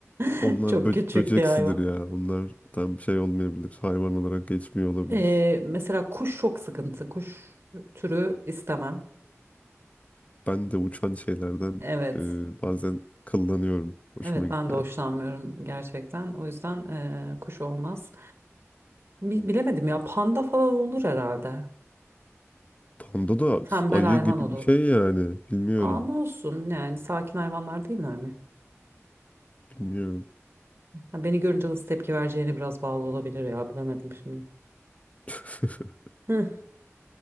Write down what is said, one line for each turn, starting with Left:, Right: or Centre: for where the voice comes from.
Right: <laughs>
Left: Onlar
Right: Çok
Left: bö-
Right: küçük
Left: böceksidir
Right: bir hayvan.
Left: ya. Onlar tam şey olmayabilir. Hayvan olarak geçmiyor olabilir.
Right: Ee, mesela kuş çok sıkıntı. Kuş türü istemem.
Left: Ben de uçan şeylerden
Right: Evet.
Left: e, bazen kıllanıyorum. Hoşuma
Right: Evet
Left: gitmiyor.
Right: ben de hoşlanmıyorum gerçekten. O yüzden ee, kuş olmaz. Bi- bilemedim ya panda falan olur herhalde.
Left: Panda da
Right: Tembel
Left: ayı
Right: hayvan
Left: gibi
Right: olur.
Left: bir şey yani. Bilmiyorum.
Right: Ama olsun yani sakin hayvanlar değiller mi?
Left: Bilmiyorum.
Right: Ha, beni görünce nasıl tepki vereceğine biraz bağlı olabilir ya bilemedim şimdi.
Left: <laughs>
Right: Hı.